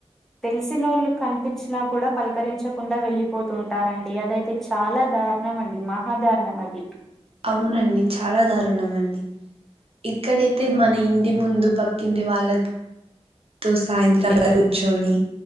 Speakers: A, in the centre; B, on the right.
A: తెలిసినోళ్ళు కనిపించినా కూడా పలకరించకుండా వెళ్ళిపోతుంటారండి అదయితే చాలా దార్ దారుణం అండి మహా దారుణం అది
B: అవునండి చాలా దారుణం అండి ఇక్కడైతే
A: ఉ
B: మన ఇంటి ముందు పక్కింటి వాళ్ళ తో సాయంత్రం అల కూర్చొని